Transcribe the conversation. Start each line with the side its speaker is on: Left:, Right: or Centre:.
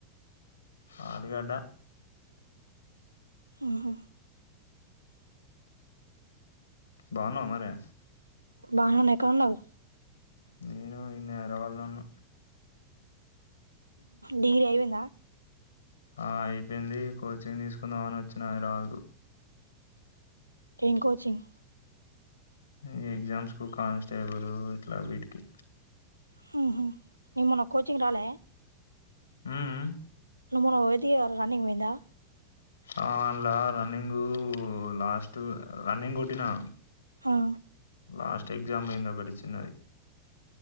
Left: ఆలుగడ్డ
Right: హ్మ్ హు
Left: బావున్నావ మరె
Right: బాహనే ఎక్కవుండవు
Left: నేను ఈ నేరవాల్ల ఉన్న
Right: డిగ్రీ అయిపోయిందా?
Left: ఆ అయిపోయింది కోచింగ్ తీసుకుందామని వచ్చినా హైద్రావాదు.
Right: ఏం కోచింగ్
Left: మ్ ఎగ్జామ్స్ కు కానిస్టేబుల్ ఇట్ల వీటికి
Right: హ్మ్ హు ఏమన్న కోచింగ్ రాలే
Left: హ్మ్ మ్
Right: నువ్వు మొన్న వోతివిగా రన్నింగ్ వొయిందా?
Left: ఆ అండ్ల రన్నింగూ లాస్ట్ రన్నింగ్ కొట్టినా.
Right: ఆ
Left: లాస్ట్ ఎగ్జామ్ పొయింది ఒకటి చిన్నది.